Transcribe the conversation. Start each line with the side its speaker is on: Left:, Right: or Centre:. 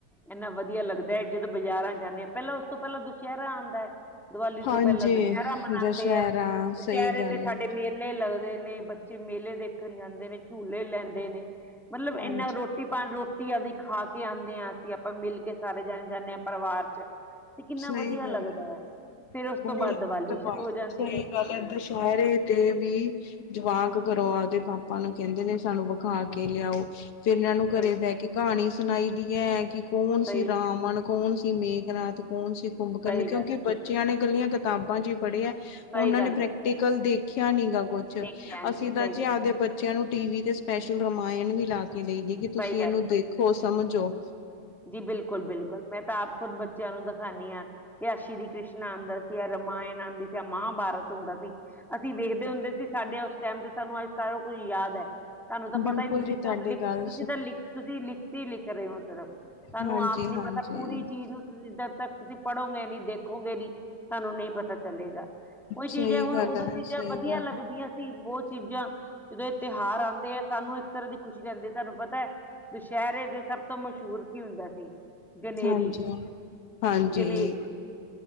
Centre: ਇੰਨਾ ਵਧੀਆ ਲੱਗਦਾ ਐ, ਜਦੋਂ ਬਾਜ਼ਾਰਾਂ ਚ ਜਾਂਨੇ ਆ, ਪਹਿਲਾਂ ਉਸ ਤੋਂ ਪਹਿਲਾਂ ਦੁਸਹਿਰਾ ਆਦਾ ਐ। ਦੀਵਾਲੀ
Left: ਹਾਂਜੀ
Centre: ਤੋਂ ਪਹਿਲਾਂ ਦੁਸਹਿਰਾ ਮਨਾਉਂਦੇ
Left: ਦੁਸਹਿਰਾ
Centre: ਐ, ਦੁਸਹਿਰੇ
Left: ਸਹੀ ਗੱਲ
Centre: ਤੇ ਸਾਡੇ
Left: ਹੈ
Centre: ਮੇਲੇ ਲੱਗਦੇ ਨੇ, ਬੱਚੇ ਮੇਲੇ ਦੇਖਣ ਜਾਂਦੇ ਨੇ, ਝੂਲੇ ਲੈਂਦੇ ਨੇ ਮਤਲਬ ਇੰਨਾ
Left: ਹਾਂਜੀ
Centre: ਰੋਟੀ ਪਾਣੀ, ਰੋਟੀ ਆਦੀ ਖਾ ਕੇ ਆਂਦੇ ਆ, ਅਸੀਂ ਆਪਾਂ ਮਿਲ ਕੇ ਸਾਰੇ ਜਾਣੇ ਜਾਂਨੇ ਆ ਪਰਿਵਾਰ ਚ ਤੇ ਕਿੰਨਾ
Left: ਸਹੀ
Centre: ਵਧੀਆ
Left: ਗੱਲ
Centre: ਲੱਗਦਾ
Left: ਹੈ
Centre: ਐ, ਤੇ ਫੇਰ ਉਸ
Left: ਹੋਰ
Centre: ਤੋਂ ਬਾਦ ਦੀਵਾਲੀ ਸ਼ੁਰੂ ਹੋ ਜਾਂਦੀ
Left: ਸਹੀ
Centre: ਐ।
Left: ਗੱਲ ਦੁਸਹਿਰੇ ਤੇ ਵੀ ਜਵਾਕ ਘਰੋ ਆਪਦੇ ਪਾਪਾ ਨੂੰ ਕਹਿੰਦੇ ਨੇ ਸਾਨੂੰ ਵਿਖਾ ਕੇ ਲਿਆਓ। ਫਿਰ ਇਹਨਾਂ ਨੂੰ
Centre: ਸਹੀ
Left: ਘਰੇ ਬਹਿ
Centre: ਗੱਲ
Left: ਕੇ ਕਹਾਣੀ ਸੁਣਾਈ ਦੀ ਐ ਕਿ ਕੌਣ
Centre: ਸਹੀ
Left: ਸੀ ਰਾਮਣ ਕੌਣ ਸੀ ਮੇਘਨਾਥ, ਕੌਣ ਸੀ ਕੁੰਭਕਰਣ,
Centre: ਸਹੀ
Left: ਕਿਉਂਕਿ
Centre: ਗੱਲ ਹੈ
Left: ਬੱਚਿਆਂ ਨੇ ਕੱਲੀਆ ਕਿਤਾਬਾਂ ਚ ਹੀ ਪੜ੍ਹਿਆ। ਉਹਨਾਂ
Centre: ਸਹੀ ਗੱਲ
Left: ਨੇ
Centre: ਕਹੀ
Left: ਪ੍ਰੈਕਟੀਕਲ ਦੇਖਿਆ ਨੀ ਗਾ ਕੁਛ,
Centre: ਦੇਖਿਆ ਨਹੀਂ
Left: ਅਸੀਂ ਤਾਂ
Centre: ਸਹੀ
Left: ਜੀ
Centre: ਗੱਲ
Left: ਆਪਦੇ
Centre: ਹੈ,
Left: ਬ ਬੱਚਿਆਂ ਨੂੰ ਟੀਵੀ ਤੇ ਸਪੈਸ਼ਲ ਰਾਮਾਇਣ ਵੀ ਲਾ ਕੇ ਦੇਈ ਦੀ ਕਿ ਤੁਸੀਂ
Centre: ਸਹੀ ਗੱਲ
Left: ਇਹਨੂੰ ਦੇਖੋ ਸਮਝੋ।
Centre: ਜੀ ਬਿਲਕੁਲ, ਬਿਲਕੁਲ ਮੈਂ ਤਾਂ ਆਪ ਖੁਦ ਬੱਚਿਆਂ ਨੂੰ ਦਿਖਾਨੀ ਆ। ਜਾਂ ਸ਼੍ਰੀ ਕ੍ਰਿਸ਼ਨਾ ਆਂਦਾ ਸੀ, ਜਾਂ ਰਾਮਾਇਣ ਆਂਦੀ ਸੀ, ਆ ਮਹਾਭਾਰਤ ਹੁੰਦਾ ਸੀ। ਅਸੀਂ ਵੇਖਦੇ ਹੁੰਦੇ ਸੀ, ਸਾਡੇ ਉਸ ਟਾਈਮ ਤੇ ਸਾਨੂੰ ਅੱਜ ਸਾਰਾ ਕੁਝ ਯਾਦ ਐ। ਤੁਹਾਨੂੰ ਤਾਂ
Left: ਬਿਲਕੁਲ
Centre: ਪਤਾ ਈ ਨੀ, ਤੁਸੀਂ
Left: ਜੀ
Centre: ਸਿਰਫ਼
Left: ਤੁਹਾਡੀ
Centre: ਲਿਖ,
Left: ਗੱਲ
Centre: ਤੁਸੀਂ ਤਾਂ ਲਿਖ, ਤੁਸੀਂ ਲਿਖਤੀ ਲਿਖ ਰਹੇ ਔ ਸਿਰਫ। ਸਾਨੂ
Left: ਹਾਂਜੀ
Centre: ਆਪ ਨੀ
Left: ਹਾਂਜੀ
Centre: ਪਤਾ ਪੂਰੀ ਚੀਜ਼ ਨੂੰ ਜਦ ਤੱਕ ਤੁਸੀਂ ਪੜ੍ਹੋਗੇ ਨੀ, ਦੇਖੋਗੇ ਨੀ ਤੁਹਾਨੂੰ ਨਈ ਪਤਾ ਚਲੇਗਾ। ਉਹੀ
Left: ਸਹੀ
Centre: ਚੀਜ਼ ਐ, ਹੁਣ
Left: ਗੱਲ
Centre: ਉਦੋਂ
Left: ਹੈ,
Centre: ਚੀਜ਼ਾਂ
Left: ਸਹੀ
Centre: ਵਧੀਆ
Left: ਗੱਲ
Centre: ਲੱਗਦੀਆਂ
Left: ਹੈ,
Centre: ਬਹੁਤ ਚੀਜ਼ਾਂ, ਜਿਹੜੇ ਤਿਉਹਾਰ ਆਂਦੇ ਆ, ਸਾਨੂੰ ਇੱਕ ਇਸ ਤਰ੍ਹਾਂ ਦੀ ਖੁਸ਼ੀ ਰਹਦੀ ਤੁਹਾਨੂੰ ਪਤਾ ਐ, ਦੁਸਹਿਰੇ ਦੇ ਸਭ ਤੋਂ ਮਸ਼ਹੂਰ ਕੀ ਹੁੰਦਾ ਸੀ। ਗਨੇਰੀ,
Left: ਹਾਂਜੀ। ਹਾਂਜੀ,
Centre: ਗਨੇਰੀ